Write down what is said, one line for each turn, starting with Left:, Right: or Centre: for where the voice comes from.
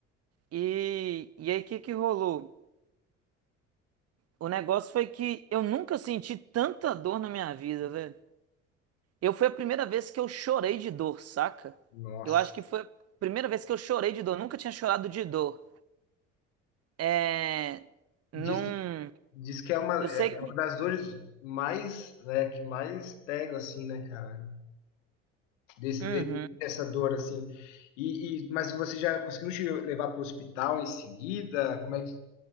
Right: E, e aí o que que rolou? O negócio foi que eu nunca senti tanta dor na minha vida, velho. Eu foi a primeira vez que eu chorei de dor, saca?
Left: Nossa.
Right: Eu acho que foi a primeira vez que eu chorei de dor. nunca tinha chorado de dor. É.
Left: Diz
Right: Num.
Left: que, diz que é uma,
Right: Eu
Left: é
Right: sei
Left: é
Right: que.
Left: uma das dores mais, né, que mais pega, assim, né, cara? Desse,
Right: Uhum.
Left: de- dessa dor, assim. E, e- mas você já conseguiu te levar para o hospital em seguida? Como é que,